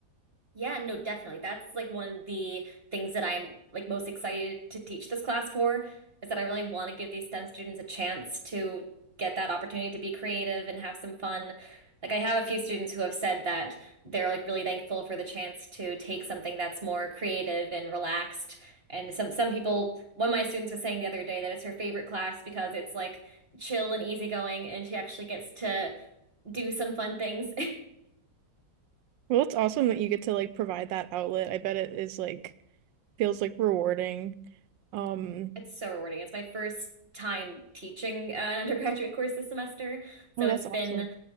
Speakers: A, on the right; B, on the right.
A: Yeah, no, definitely. That's like one of the things that I'm like most excited to teach this class for is that I really want to give these STEM students a chance to get that opportunity to be creative and have some fun. Like I have a few students who have said that they're like really thankful for the chance to take something that's more creative and relaxed. And some some people, one of my students was saying the other day that it's her favorite class because it's like chill and easygoing and she actually gets to do some fun things
B: Well, it's awesome that you get to like provide that outlet. I bet it is like feels like rewarding. Um,
A: It's so rewarding. It's my first time teaching an undergraduate course this semester.
B: oh,
A: So
B: that's
A: it's been
B: awesome.